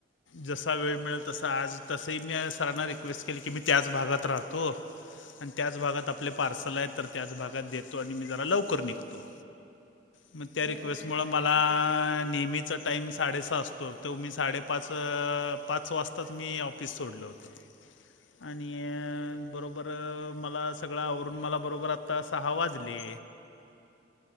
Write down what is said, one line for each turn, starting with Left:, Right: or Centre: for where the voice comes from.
Left: जसा वेळ मिळेल तसा आज तसंही मी आज सरांना रिक्वेस्ट केली की मी त्याच भागात राहतो आणि त्याच भागात आपले पार्सल आहेत तर त्याच भागात देतो आणि मी जरा लवकर निघतो म त्या रिक्वेस्टमुळं
Right: बर बर
Left: मला..
Right: ठीक आहे.
Left: नेहमी च टाईम साडेसहा असतो तो मी साडेपाच अ पाच वाजताच मी ऑफिस सोडलो होतं आणि अ बरोबर बरं मला सगळं आवरून मला बरोबर आत्ता सहा वाजले